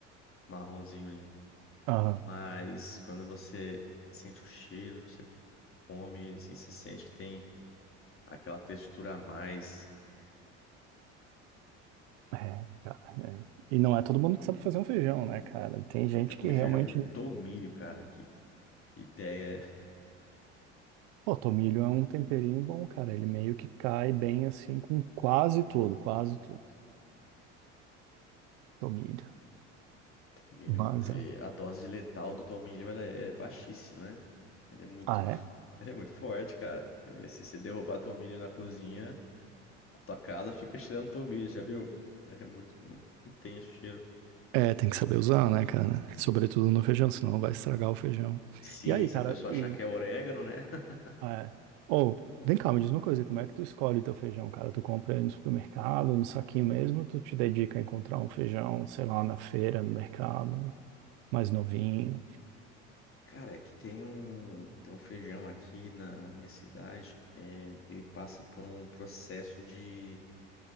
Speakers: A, on the left (about 35°); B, on the right (about 70°).
A: marronzinho ali.
B: Aham.
A: Mas quando você sente o cheiro, você come ele, assim, você sente que tem aquela textura a mais.
B: É, cara, é. E não é todo mundo que sabe fazer um feijão, né, cara? Tem gente
A: Já comi
B: que realmente.
A: feijão com tomilho, cara. Que ideia é
B: Pô, tomilho é um temperinho bom, cara. Ele meio que cai bem assim com quase tudo, quase tudo. Tomilho.
A: <laughs> tomilho?
B: Mas
A: Ele,
B: é.
A: a dose letal do tomilho, ela é baixíssima, né? Ele é muito,
B: Ah,
A: <laughs>
B: é?
A: ele é muito forte, cara. Eh, Se você derrubar tomilho na cozinha, a tua casa fica cheirando tomilho, já viu? <laughs> É muito, muito intenso o cheiro.
B: É, tem que saber usar, né, cara? Sobretudo no feijão, senão vai estragar o feijão.
A: Sim,
B: E aí,
A: se
B: cara,
A: a pessoa
B: e.
A: achar que é orégano, né? <laughs>
B: ah, É. Ou, vem cá, me diz uma coisa, como é que tu escolhe teu feijão, cara? Tu compra ele no supermercado, no saquinho mesmo, ou tu te dedica a encontrar um feijão, sei lá, na feira, no mercado, mais novinho?
A: Cara, é que tem um, tem um feijão aqui na minha cidade, é, ele passa por um processo de,